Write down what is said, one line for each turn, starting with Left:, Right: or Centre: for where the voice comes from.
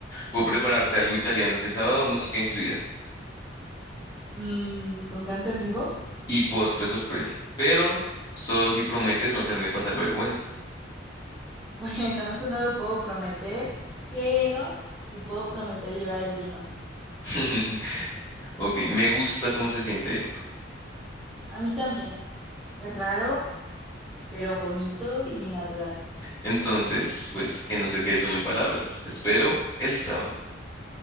Left: Puedo prepararte algo italiano este sábado, música incluida.
Centre: Mm, ¿con canto en vivo? <laughs>
Left: Y postre sorpresa. Pero solo si prometes no hacerme pasar vergüenza.
Centre: Bueno, eso no lo puedo prometer, pero sí puedo prometer llevar el vino.
Left: <laughs> Ok, me gusta cómo se siente esto.
Centre: A mí también. Es raro, pero bonito y natural.
Left: Entonces, pues que no se quede solo en palabras. Te espero el sábado.